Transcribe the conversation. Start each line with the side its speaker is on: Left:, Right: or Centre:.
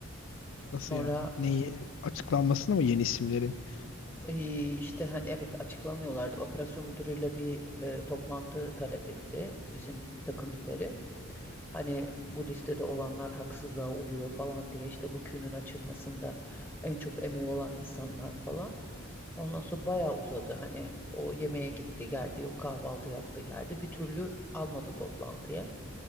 Left: Nasıl
Centre: Sonra
Left: yani? Neyi? Açıklanmasını mı yeni isimlerin?
Centre: Ee, işte hani evet açıklamıyorlardı. Operasyon müdürüyle bir e, toplantı talep etti bizim takım lideri. Hani bu listede olanlar haksızlığa uğruyor falan diye işte bu künün açılmasında en çok emeği olan insanlar falan. Ondan sonra bayağı uzadı. Hani o yemeğe gitti geldi yok kahvaltı yaptı geldi. Bir türlü almadı toplantıya.